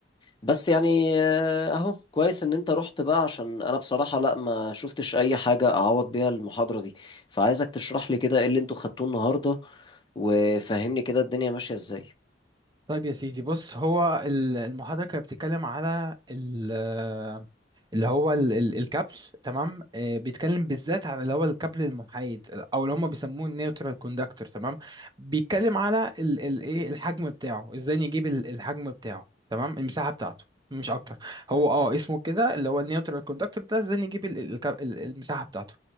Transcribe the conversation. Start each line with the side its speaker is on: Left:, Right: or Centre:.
Left: بس يعني آه، اهو كويس ان انت رحت بقى عشان انا بصراحه لا ما شفتش اي حاجه اعوض بيها المحاضره دي فعايزك تشرح لي كده ايه اللي انتوا خدتوه النهارده وفهمني كده الدنيا ماشيه ازاي
Right: طيب يا سيدي بص هو ال- المحاضرة كانت بتتكلم على ال- اللي هو ال- ال- الكابل تمام آه، بيتكلم بالذات على اللي هو الكابل المحايد او اللي هم بيسموه النيوترال كوندكتور تمام بيتكلم على ال- ال- ايه الحجم بتاعه ازاي نجيب ال- الحجم بتاعه تمام المساحة بتاعته مش اكتر هو اه اسمه كده اللي هو النيوترال كوندكتور ده ازاي نجيب ال- ال- الكاب- ال- المساحة بتاعته